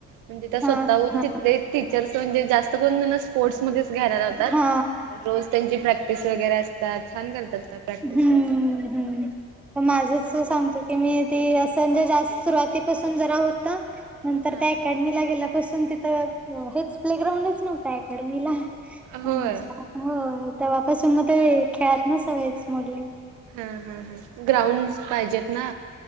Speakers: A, on the right; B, in the centre.
A: म्हणजे त्या स्वतःहून
B: हा हा
A: तिथले टीचर्स म्हणजे जास्त कोण कोण अस स्पोर्ट्समध्येच घ्यायला लावतात
B: हा
A: रोज त्यांची प्रॅक्टिस वगैरे असतात छान करतात. प्रॅक्टिस
B: हम्म
A: पण
B: हम्म तर माझच सांगतो की मी ते अस म्हणजे जास्त सुरुवातीपासून जरा होत नंतर
A: हा
B: त्या अकॅडमीला गेल्यापासून तिथं हेच प्ले ग्राउंडच नव्हत अकॅडमीला.
A: होय
B: हो तेव्हापासून मग ते खेळायच सवयच मोडलय
A: हा हा हा ग्राउंड पाहिजेत ना